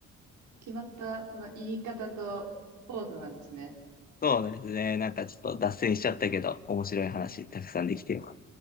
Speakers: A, on the right (about 70°); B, on the left (about 30°).
A: 決まった、その言い方とポーズなんですね。
B: そうですね。なんかちょっと脱線しちゃったけど、面白い話たくさんできてよ